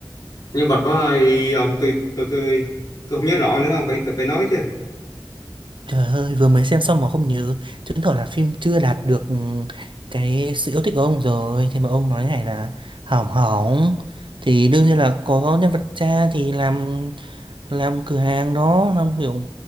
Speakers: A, on the left (about 50°); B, on the right (about 80°).
A: Nhân vật có ai? Ông tôi tôi tôi tôi không nhớ rõ nữa, ông phải phải phải nói chứ.
B: Trời ơi, vừa mới xem xong mà không nhớ, chứng tỏ là phim chưa đạt được ừ, cái sự yêu thích của ông rồi. Thế mà ông nói này là hỏng hỏng, thì đương nhiên là có nhân vật cha thì làm làm cửa hàng đó, làm kiểu